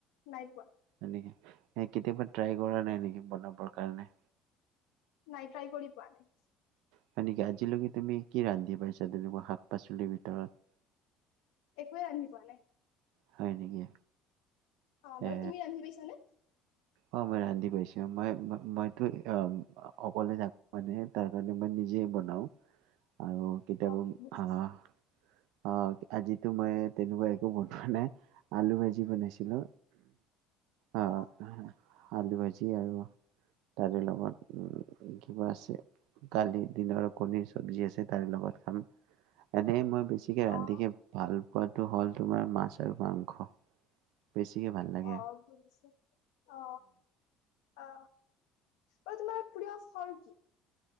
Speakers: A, on the left; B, on the right.
A: নাই পোৱা।
B: এনেই কেতিয়াবা ট্ৰাই কৰা নাই নেকি বনাবৰ কাৰণে?
A: নাই, ট্ৰাই কৰি পোৱা নাই।
B: হয় নেকি? আজিলৈকে তুমি কি ৰান্ধি পাইছাঁ তেনেকুৱা শাক পাচলিৰ ভিতৰত?
A: একোৱেই ৰান্ধি পোৱা নাই।
B: হয় নেকি?
A: অ'! বাৰু
B: এ
A: তুমি ৰান্ধি পাইছানে?
B: অ মই ৰান্ধি পাইছো। মই মইতো অ অকলে যাব মানে তাৰ কাৰণে মই নিজে বনাওঁ। আৰু কেতিয়াবা।
A: অ বুজিছো
B: হাহ অ আজিতো মই তেনেকুৱা একো বনোৱা নাই। আলু ভাজি বনাইছিলো। আহ
A: অ।
B: আলু ভাজি আৰু তাৰে লগত উম কিবা আছে। কালি দিনৰ কণীৰ চব্জি আছে তাৰে লগত খাম। এনে মই বেছিকে ৰান্ধিকে
A: অ
B: ভাল পোৱাটো হ'ল তোমাৰ মাছ আৰু মাংস। বেছিকে ভাল লাগে
A: অ বুজিছো। অ। আ। অ, তোমাৰ প্ৰিয় ফল কি?